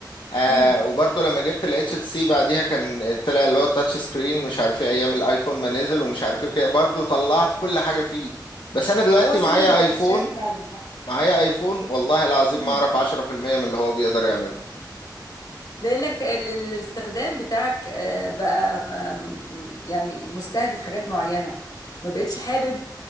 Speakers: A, on the left (about 85°); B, on the left (about 65°).
A: آه
B: امم
A: وبرضه لما جبت ال HTC بعديها كان طلع اللي هو التاتش سكرين مش عارف ايه ايام الايفون ما نزل ومش عارف ايه وكده برضه طلعت كل حاجة فيه بس انا دلوقتي
B: هو سن
A: معايا
B: الاستكشاف
A: ايفون
B: فعلا
A: معايا ايفون والله العظيم
B: صح
A: ما اعرف 10% من اللي هو بيقدر يعمله
B: لانك ال- الاستخدام بتاعك آه، بقى آم، يعني مستهدف حاجات معينه ما بقتش حابب